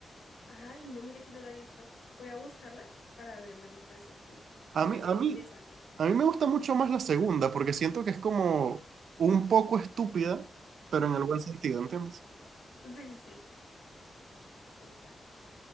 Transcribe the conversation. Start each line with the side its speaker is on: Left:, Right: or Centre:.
Left: Ay, no, mire que no la he visto. Voy a buscarla para verla, me parece que
Right: A
Left: debe
Right: mí,
Left: ser
Right: a
Left: interesante.
Right: mí, a mí me gusta mucho más la segunda, porque siento que es como un poco estúpida, pero en el buen sentido, ¿entiendes?
Left: Ujú. Sí, sí, sí. Exacto.